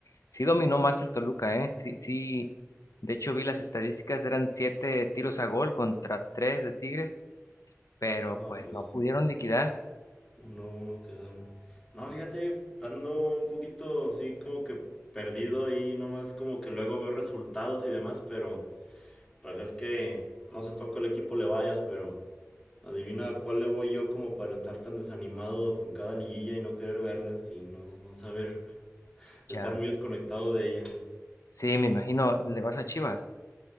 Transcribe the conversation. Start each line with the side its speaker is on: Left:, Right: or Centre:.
Left: sí dominó más el Toluca, ¿eh? Sí, sí, de hecho vi las estadísticas, eran siete tiros a gol contra tres de Tigres, pero
Centre: No,
Left: pues
Centre: pues...
Left: no pudieron liquidar.
Centre: Uno, uno quedaron. No, fíjate, ando un poquito así como que perdido y nomás como que luego veo resultados y demás, pero pues es que no se toca el equipo le vayas, pero adivina a cuál le voy yo como para estar tan desanimado con cada liguilla y no querer verla y no, no saber estar
Left: Ya
Centre: muy desconectado de ella.
Left: Sí, me imagino, le vas a Chivas.